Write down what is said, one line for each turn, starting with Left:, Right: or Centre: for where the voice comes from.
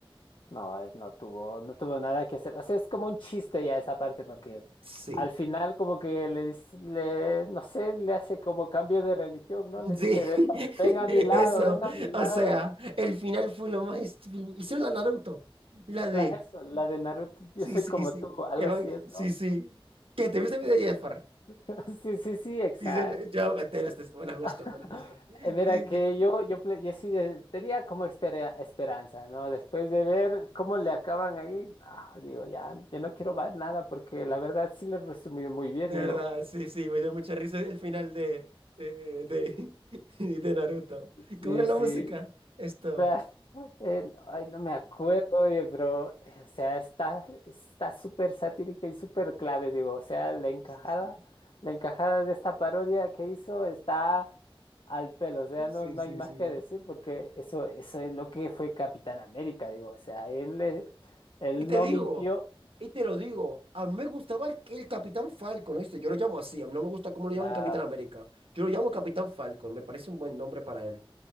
Left: No, él no tuvo, no tuvo nada que hacer. O sea, es como un chiste ya esa parte, porque
Right: Sí.
Left: al final como que le dice, le, no sé, le hace como cambio de religión, ¿no? Le
Right: Sí,
Left: dice, "Ve
Right: <laughs>
Left: pa- ven a mi lado,
Right: eso.
Left: ven a mi lado.
Right: O sea, el final fue lo más estúpido. Hicieron la Naruto. La
Left: Claro,
Right: de.
Left: eso, la de Naruto, yo
Right: Sí,
Left: soy
Right: sí,
Left: como
Right: sí.
Left: tú, algo
Right: Evan-
Left: así es,
Right: Sí,
Left: ¿no?
Right: sí. ¿Qué? ¿Te viste el video de Jafar?
Left: <laughs> Sí, sí, sí, exacto.
Right: Dicen, yo, te las des- bueno, justo,
Left: <laughs>
Right: bueno, justo. De,
Left: Eh, Mira que
Right: de-
Left: yo, yo, ple- yo sí de- tenía como espera- esperanza, ¿no? Después de ver cómo le acaban ahí, ah, digo, ya, yo no quiero ver nada porque la verdad sí le resumió muy bien,
Right: de verdad,
Left: digo.
Right: sí, sí, me dio mucha risa el final de, de, de, <laughs> de Naruto.
Left: Y
Right: ¿Cómo era la
Left: sí,
Right: música? Esto.
Left: vea, eh, ay, no me acuerdo, oye, pero, eh, o sea, está, está súper satírica y súper clave, digo, o sea, la encajada,
Right: Sí, sí, sí.
Left: la encajada de esta parodia que hizo está al pelo, o sea,
Right: Sí,
Left: no, no
Right: sí,
Left: hay más
Right: sí.
Left: que decir porque eso, eso es lo que fue Capitán América, digo, o sea, él, eh, él
Right: Y te
Left: no
Right: digo,
Left: mintió,
Right: y te lo digo, a mí me gustaba el, el Capitán Falcon, ¿oíste? Yo lo llamo así, a mí no me gusta cómo lo
Left: claro.
Right: llaman Capitán América. Yo lo llamo Capitán Falcon, me parece un buen nombre para él.